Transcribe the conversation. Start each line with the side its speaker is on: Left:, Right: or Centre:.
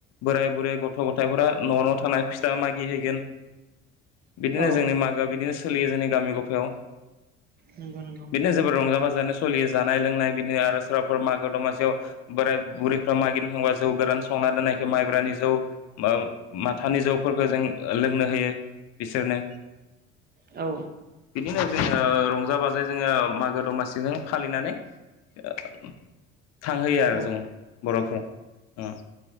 Left: बोराय बुरै गथ' गथायफोरा न' न' थांना फिथा मागि हैैगोन। बिदिनो
Right: औ
Left: जोंनि मागोआ बिदिनो सोलियो जोंनि गामि गफायाव
Right: नंगौ नंगौ
Left: बिदिनो जोबोर रंजा बाजा जानो‌ सलियो जानाय लोंनाय बिदिनो आरो सोरबाफोर मागो दमासियाव बोराय बुरैफ्रा मागिनो थांबा जौ गोरा संना दोननायखौ माइब्रानि जौ मा-माथानि जौफोरखौ जों लोंनो होयो बिसोरनो
Right: औ
Left: बिदिनो जोङो रंजा बाजायै जोङो मागो दमासिजों फालिनानै <unintelligible> थांहोयो आरो
Right: औ
Left: जों बर'फ्रा उम